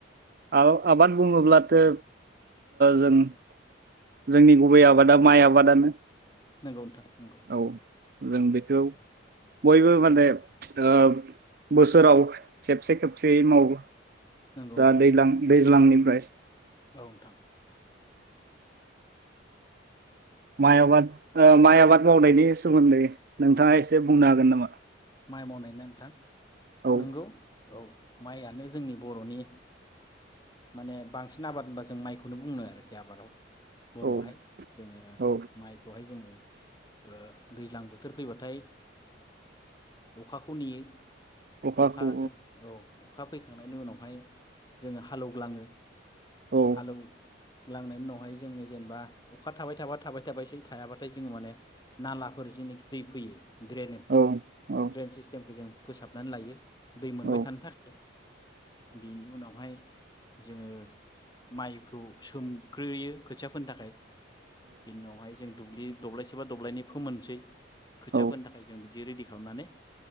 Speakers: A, on the right (about 50°); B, on the left (about 20°).
A: आबा-आबाद बुङोब्लाथो जों जोंनि गुबै आबादा माइ आबादानो।
B: नंगौ नोंथां नंगौ
A: औ जों बेखौ
B: औ
A: बयबो माने बोसोराव खेबसे खेबसेयै मावो।
B: नंगौ नोंथां
A: दा दैलां दै ज्लांनिफ्राय
B: औ नोंथां
A: माइ आबाद माइ आबाद मावनायनि सोमोन्दै नोंथाङा एसे बुंनो हागोन नामा?
B: माइ मावनाय ना नोंथां
A: औ
B: नोंगौ औ माइयानो जोंनि बर'नि माने बांसिन आबाद होनबा जों माइखौनो बुंनो आरोखि आबादाव। बर'आहाय
A: औ
B: जोङो
A: औ
B: माइखौहाय जोङो ओ दैज्लां बोथोर फैबाथाय अखाखौ नेयो।
A: अखाखौ
B: अखाजों औ अखा फैखांनायनि उनावहाय जोङो हाल एवग्लाङो।
A: औ
B: हालौ ग्लांनायनि उनावहाय जोङो जेनेबा अखा थाबाय थाबा थाबाय थाबायसै थायाबाथाय जोङो माने नालाफोर जेनोखि दै फैयो। ड्रेन-ड्रेन
A: औ औ
B: सिस्टेमखौ जों फोसाबनानै लायो। दै मोनबाय
A: औ
B: थानो थाखाय बेनि उनावहाय जोङो माइ खौ सोमग्रोयो खोथिया फोनो थाखाय। बिनि उनावहाय जों दुब्लि दब्लायसेबा दब्लायनै फोमोनसै खोथिया
A: औ
B: फोनो थाखाय जों बिदि रेडि खालामनानै